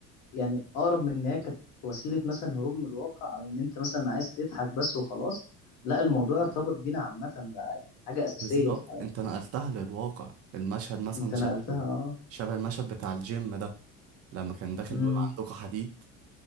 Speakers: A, on the left (about 65°); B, on the right (about 50°).
A: يعني اقرب من ان هي كانت وسيله مثلا هروب من الواقع او ان انت مثلا عايز تضحك بس وخلاص لا الموضوع ارتبط بينا عامه بقى يعني حاجه اساسيه
B: بالظبط
A: في حياتنا
B: انت نقلتها للواقع المشهد مثلا
A: انت
B: شبه
A: نقلتها اه
B: شبه المشهد بتاع الجيم ده لما كان داخل
A: امم
B: بيقول عندكم حديد